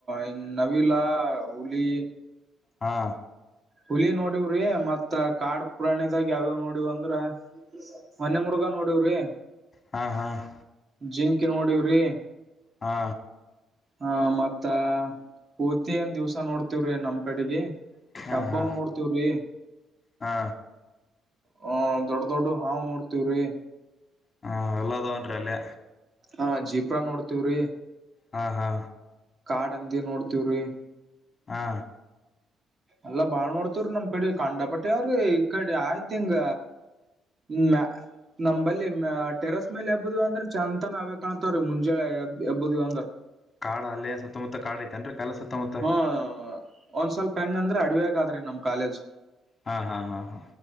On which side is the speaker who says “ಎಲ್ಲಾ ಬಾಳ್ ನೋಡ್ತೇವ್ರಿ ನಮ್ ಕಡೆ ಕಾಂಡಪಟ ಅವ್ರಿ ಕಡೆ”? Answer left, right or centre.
Right